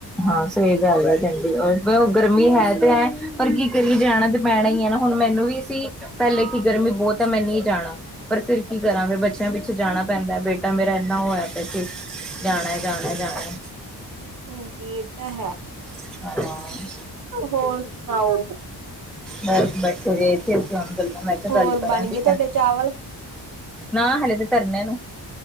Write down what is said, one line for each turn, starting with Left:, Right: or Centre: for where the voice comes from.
Centre: ਹਾਂ ਸਹੀ ਗੱਲ ਆ ਚੰਡੀਗੜ ਉਹ ਗਰਮੀ ਗਰਮੀ ਹੈ ਤੇ ਹੈਂ, ਪਰ ਕੀ ਕਰੀਏ ਜਾਣਾ ਤੇ ਪੈਣਾ ਹੀ ਹੈ ਨਾ ਹੁਣ ਮੈਨੂੰ ਵੀ ਸੀ ਪਹਿਲੇ ਕੀ ਗਰਮੀ ਬਹੁਤ ਹੈ, ਮੈਂ ਨਹੀਂ ਜਾਣਾ ਪਰ ਫੇਰ ਕੀ ਕਰਾਂ ਫਰ ਬੱਚਿਆਂ ਪਿ ਪਿਛੇ ਜਾਣਾ ਪੈਂਦਾ ਬੇਟਾ ਮੇਰਾ ਇੰਨਾ ਹੋਇ ਪੇ ਜਾਣਾ, ਜਾਣਾ, ਜਾਣਾ।
Right: ਹਾਂਜੀ ਇਹ ਹੈ।
Centre: ਹਾਂ
Right: ਹੋਰ ਸੁਣਾਓ।
Centre: ਬਸ-ਬਸ <unintelligible> ਚਲੋ ਮੈਂ ਕਿਹਾ
Right: ਹੋਰ
Centre: ਗੱਲ ਕਰਾਂਗੀ,
Right: ਬਣ ਗਏ ਤੁਹਾਡੇ ਚਾਵਲ
Centre: ਨਾ ਹਲੇੇ ਕਰਨੇ ਨੂੰ